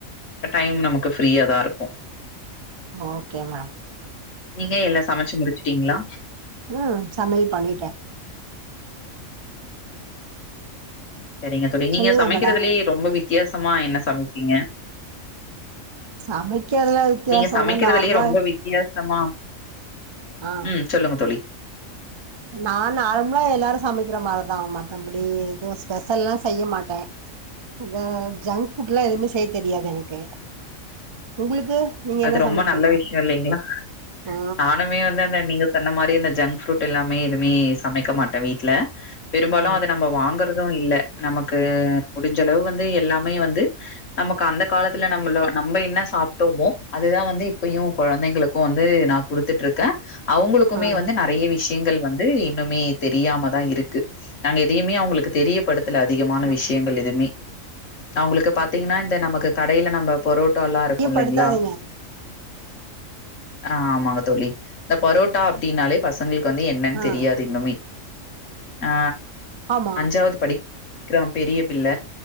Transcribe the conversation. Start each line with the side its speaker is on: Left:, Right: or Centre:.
Left: டைம் நமக்கு ஃப்ரீயா தா இருக்கு
Right: ஓகே மேம்
Left: நீங்க எல்லா சமச்சு முடிச்சுட்டீங்ளா
Right: ம் சமையல் பண்ணிட்டே
Left: செரிங்க தோழி நீங்க
Right: சொல்லுங்க
Left: சமைக்கிறதுலயே
Right: மேடம்
Left: ரொம்ப வித்தியாசமா என்ன சமைப்பீங்க
Right: சமைக்கறதுல வித்தயாசம்னா
Left: நீங்க சமைக்கிறதுலயே
Right: நார்மலா
Left: ரொம்ப வித்தியாசமா
Right: ஆ
Left: ம் சொல்லுங்க தோழி
Right: நா நார்மலா எல்லாரு சமைக்கிற மாரதா மத்தபடி எதுவு ஸ்பெஷல்லா செய்ய மாட்டே த ஜங்க் ஃபுட்ல்லா எதுமே செய்ய தெரியாது எனக்கு உங்களுக்கு நீங்க
Left: அது
Right: என்ன
Left: ரொம்ப
Right: சமைப்பீங்க
Left: நல்ல விஷ்யோ இல்லைங்ளா
Right: ஆ
Left: நானுமே வந்து அந்த நீங்க சொன்ன மாரி இந்த ஜங்க் ஃப்ரூட் எல்லாமே எதுமே சமைக்க மாட்டே வீட்ல பெரும்பாலு
Right: ஆ
Left: அத நம்ம வாங்கறத் து இல்ல நமக்கு முடிஞ்ச அளவு வந்து எல்லாமே வந்து நமக்கு அந்த காலத்துல நம்மளு நம்ப என்ன சாப்ட்டோமோ அதுதா வந்து இப்பயு கொழந்தைங்களுக்கு வந்து நா குடுத்துட்ருக்க அவுங்களுக்குமே
Right: ஆ
Left: வந்து ந றைய விஷயங்கள் வந்து இன்னுமே தெரியாம தா இருக்கு நாங்க எதையுமே அவுங்களுக்கு தெரியப்படுத் த்துல அதிகமான
Right: ஆ
Left: விஷயங்கள் எதுமே அவுங்களுக்கு பாத்தீங்கன்னா இந்த நமக்கு கடைல நம்ப பரோ டோல்லா
Right: தெரியப்படுத்தாதீங்க
Left: இருக்கு இல்லிங்ளா ஆமாங்க தோழி இந்த பரோட்டா அப்டின்னாலே பசங்களுக்கு வந்து என்னன்
Right: ஆ
Left: தெரியாது இன்னுமே ஆ
Right: ஆமா
Left: அஞ்சாவ்து படிக் கிறா பெரிய பிள்ள